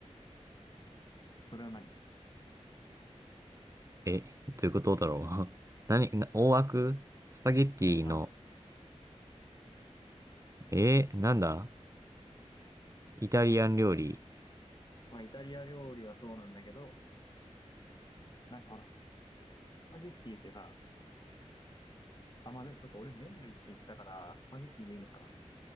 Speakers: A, on the left; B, on the right.
A: それは何うん。
B: え、どういうことだろう。<laughs> 何、な大枠スパゲッティの、
A: ま
B: えーなんだイタリアン料理。
A: あ、イタリア料理はそうなんだけど、なんかほら、スパゲッティってさ、あ、まあでもそっか、俺麺類って言ったから、スパゲッティでいいのか。